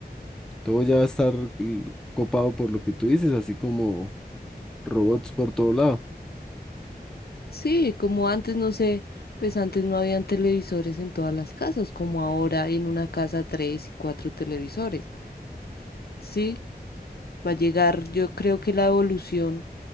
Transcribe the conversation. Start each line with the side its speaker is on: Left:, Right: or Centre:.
Centre: todo ya va a estar l- copado por lo que tú dices, así como robots por todo lado.
Left: Sí, como antes, no sé, pues antes no habían televisores en todas las casas, como ahora hay en una casa tres y cuatro televisores. Sí, va a llegar, yo creo que la evolución